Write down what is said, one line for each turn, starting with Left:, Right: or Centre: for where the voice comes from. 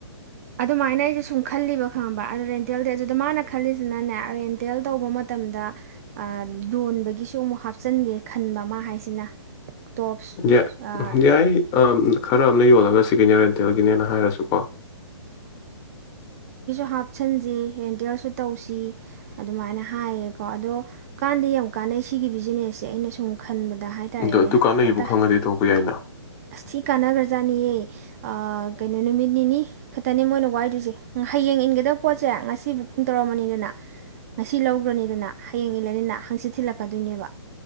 Right: ꯑꯗꯨꯃꯥꯏꯅ ꯑꯩꯁꯦ ꯁꯨꯡ ꯈꯜꯂꯤꯕ ꯈꯪꯕ ꯑꯗꯣ ꯔꯦꯟꯇꯦꯜꯗꯤ ꯑꯗꯨꯗ ꯃꯥꯅ ꯈꯜꯂꯤꯁꯤꯅꯅꯦ ꯔꯦꯟꯇꯦꯜ ꯇꯧꯕ ꯃꯇꯝꯗ ꯌꯣꯟꯕꯒꯤꯁꯨ ꯑꯃꯨꯛ ꯍꯥꯞꯆꯤꯟꯒꯦ ꯈꯟꯕ ꯃꯥ ꯍꯥꯏꯁꯤꯅ ꯇꯣꯞꯁ
Left: ꯌꯥ ꯌꯥꯏ ꯑ ꯈꯔ ꯑꯝ ꯅ ꯌꯗ ꯃ ꯁꯤꯒꯒꯤꯅꯤ ꯍꯥꯏ ꯍꯣꯇꯦꯜꯒꯤꯅꯦꯅ ꯍꯥꯏꯔꯁꯨꯀꯣ
Right: ꯍꯥꯞꯆꯤꯟꯁꯤ ꯔꯦꯟꯇꯦꯜꯁꯨ ꯇꯧꯁꯤ ꯑꯗꯨꯃꯥꯏꯅ ꯍꯥꯏꯌꯦꯀꯣ ꯑꯗꯣ ꯀꯥꯟꯅꯗ ꯌꯥꯝ ꯀꯥꯟꯅꯩ ꯁꯤꯒꯤ ꯕꯤꯖꯤꯅꯦꯁꯁꯦ ꯑꯩꯅ ꯁꯨꯝ ꯈꯟꯕꯗ ꯍꯥꯏꯇꯥꯔꯦꯅꯦ
Left: ꯑꯗꯣ ꯑꯗꯨ ꯀꯥꯟꯅꯩꯕꯨ
Right: ꯀꯗꯥ
Left: ꯈꯪꯉꯗꯤ ꯇꯧꯕ ꯌꯥꯏꯅ
Right: ꯑꯁ ꯊꯤ ꯀꯥꯟꯅꯈ꯭ꯔꯖꯥꯠꯅꯤꯌꯦ ꯀꯩꯅꯣ ꯅꯨꯃꯤꯠ ꯅꯤꯅꯤ ꯈꯛꯇꯅꯦ ꯃꯣꯏꯅ ꯋꯥꯏꯗꯣꯏꯁꯦ ꯍꯌꯦꯡ ꯏꯟꯒꯗꯕ ꯄꯣꯠꯁꯦ ꯉꯁꯤ ꯕꯨꯛꯀꯤꯡ ꯇꯧꯔꯝꯃꯅꯤꯗꯅ ꯉꯁꯤ ꯂꯧꯈ꯭ꯔꯅꯤꯗꯅ ꯍꯌꯦꯡ ꯏꯜꯂꯅꯤꯅ ꯍꯪꯆꯤꯠ ꯊꯤꯜꯂꯛꯀꯗꯣꯏꯅꯦꯕ